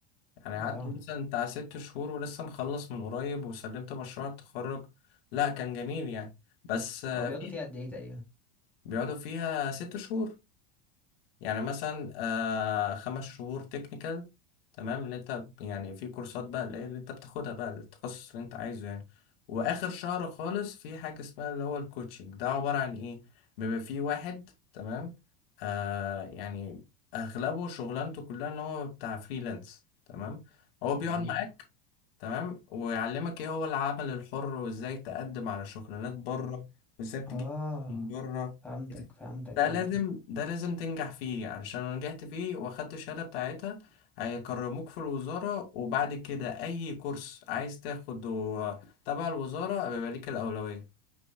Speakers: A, on the left; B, in the centre.
A: يعني
B: اه
A: قعدت مثلا بتاع ست شهور ولسه مخلص من قريب وسلمت مشروع التخرج لا كان جميل يعني بس آه،
B: هو بيقعدوا
A: في
B: فيها قد ايه تقريبا
A: بيقعدوا فيها ست شهور يعني مثلا آه، خمس شهور تكنيكال تمام اللي انت يعني في كورسات بقى اللي اللي انت بتاخدها بقى التخصص اللي انت عايزه يعني واخر شهر خالص في حاجة اسمها اللي هو الكوتشنج ده عبارة عن ايه بيبقى في واحد تمام آه يعني اغلبه شغلانته كلها اللي هو بتاع فريلانس تمام هو بيقعد
B: امم
A: معاك تمام ويعلمك ايه هو العمل الحر وازاي تقدم على شغلانات بره وازاي تجيب
B: اه
A: من بره
B: فهمتك فهمتك
A: ده
B: فهمتك
A: لازم ده لازم تنجح فيه علشان لو نجحت فيه واخدت الشهادة بتاعتها هيكرموك في الوزارة وبعد كده أي كورس عايز تاخده تبع الوزارة بيبقى ليك الأولوية